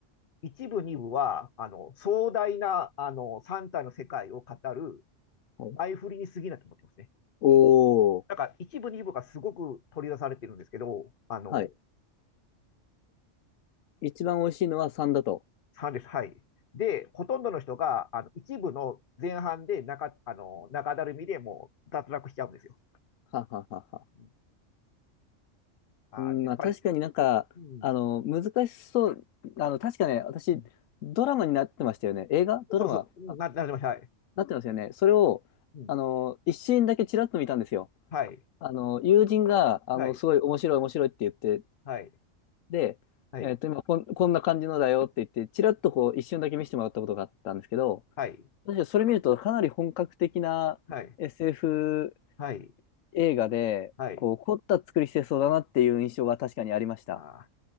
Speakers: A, on the left; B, on the left.
A: 一部、二部は、あの、壮大な、あの、三体の世界を語る
B: はい
A: 前振りに過ぎないと思ってますね。
B: おー。
A: だから、一部、二部がすごく取り出されてるんですけど、あの、
B: はい一番美味しいのは3だと。
A: 3です。はい。で、ほとんどの人が、あの、一部の前半で中、あの、中だるみでもう脱落しちゃうんですよ。
B: はははは。
A: うんあやっぱり、
B: うん、まあ確かになんか、
A: うん、
B: あの、難しそう。あの、確かね、私、
A: うん、
B: ドラマになってましたよね。映画ドラマあ
A: そうそう、うんな、なりました。はい。
B: なってますよね。それを、
A: うん、
B: あの、一シーンだけちらっと見たんですよ。
A: はい、
B: あの、友人が、あの、
A: はい、
B: すごい面白い面白いって言って、
A: はい、
B: で、
A: はい、
B: えっと、今こん、こんな感じのだよって言って、ちらっとこう、一瞬だけ見せてもらったことがあったんですけど、
A: はい、
B: 確かにそれ見ると、かなり本格的な
A: はい、
B: SF
A: はい、
B: 映画で、
A: はい、
B: こう、凝った作りしてそうだなっていう印象は確かにありました。
A: あ